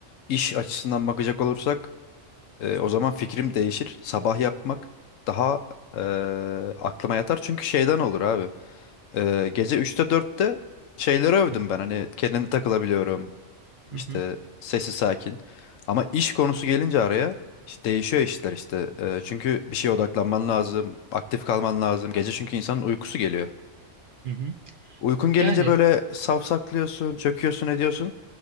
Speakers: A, on the left (about 80°); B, on the right (about 60°).
A: İş açısından bakacak olursak e, o zaman fikrim değişir. Sabah yapmak daha e, aklıma yatar çünkü şeyden olur abi. E, gece üçte dörtte şeyleri övdüm
B: Hı hı,
A: ben hani kendimi takılabiliyorum.
B: hı
A: İşte
B: hı,
A: sesi sakin. Ama iş konusu gelince araya işte değişiyor işler işte. Ee, çünkü bir şeye odaklanman lazım, aktif kalman lazım. Gece çünkü insanın uykusu geliyor.
B: hı hı.
A: Uykun gelince
B: Yani
A: böyle safsaklıyorsun, çöküyorsun, ediyorsun.